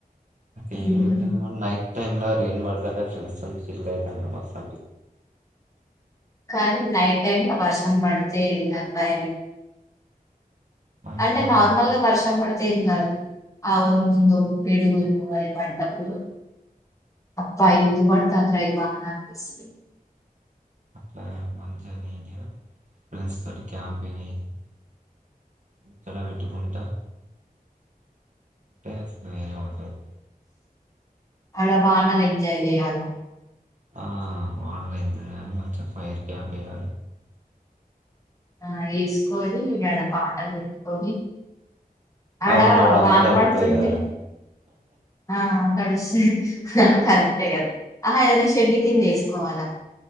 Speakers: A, on the right (about 50°); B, on the left (about 20°).
A: ఈవనింగ్
B: ఉమ్.
A: ట నైట్ టై ్రీన్ మద ఫ్రెంల్యిద మాసం
B: కానీ నైట్ టైమ్ లో వర్షం పడితే నాకు భయ
A: మంచిగా
B: అంటే నార్మల్
A: నీట్
B: గా వర్షం పడుతుంది కాదు ఆవు ముందు పేడుగులు అవి పంటప్పుడు అప్పా ఎందు వార్తంద్ర ఇవాహన అనిపిస్త
A: అట్లా మంచింటి ఫ్రెండ్స్ ఇటి క్యాంపింగ్ అయిది ఇక్కడ పెట్టుకుంటా అంటే అసలు వేనే ఉంటంది
B: అల బనల్ ఎంజా చేయాల
A: ఆ వాన్లేదు మంచిగ ఫైర్ క్యాంప్ వెయ్యాలి
B: ఆ వేసుకొని గడ పాటలు పెట్టుకొని అడ
A: ఆ పడంగానే
B: వాన
A: తడుస్తుంది
B: పడుతుంటే
A: కదరా
B: ఆ తడుస్ కరెక్టే కదా ఆహ ఏదైనా షెడ్ కింద వేసుకోవాలా